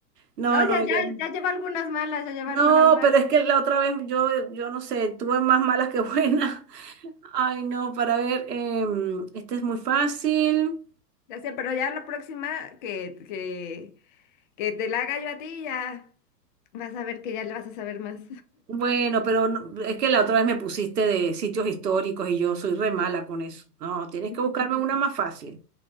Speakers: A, on the right; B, on the left.
A: No,
B: No,
A: no,
B: ya, ya,
A: yo.
B: ya lleva algunas malas, ya lleva
A: No,
B: algunas malas.
A: pero es que la otra vez yo, yo no sé, tuve más malas que buenas. <laughs> Ay, no, para ver, em, este es muy fácil.
B: Ya sé, pero ya la próxima que, que, que te la haga yo a ti, ya. Vas a ver que ya le vas a saber más.
A: Bueno, pero no- es que la otra vez me pusiste de sitios históricos y yo soy re mala con eso. No, tienes
B: <laughs>
A: que buscarme una más fácil.